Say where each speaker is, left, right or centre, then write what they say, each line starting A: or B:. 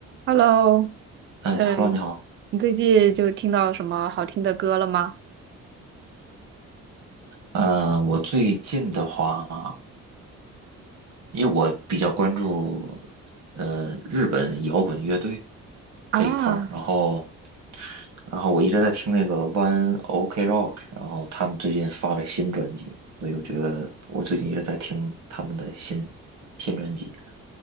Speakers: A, on the right; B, on the right.
A: Hello，
B: 嗯，Hello，
A: 嗯，
B: 你好。
A: 你最近就听到什么好听的歌了吗？
B: 呃，我最近的话，因为我比较关注呃日本摇滚乐队
A: 啊，
B: 这一块儿，然后然后我一直在听那个 One OK Rock，然后他们最近发了新专辑，所以我觉得我最近一直在听他们的新新专辑。